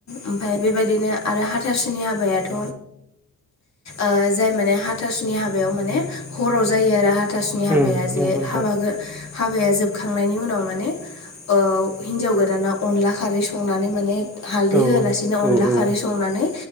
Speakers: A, on the left; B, in the centre.
A: ओमफाय बेबायदिनो आरो हाथारसुनि हाबायाथ' ओ जाय माने हाथासुनि हाब बायाव माने हराव जायो आरो हाथासुनि हाबाया
B: उम
A: जे
B: नंगौ नोंथां
A: हाबा गो हाबाया जोबखांनायनि उनाव माने औ हिन्जाव गोदाना अनला खारै संनानै माने हालदै
B: औ
A: होआलासिनो अनला
B: औ औ
A: खारै संनानै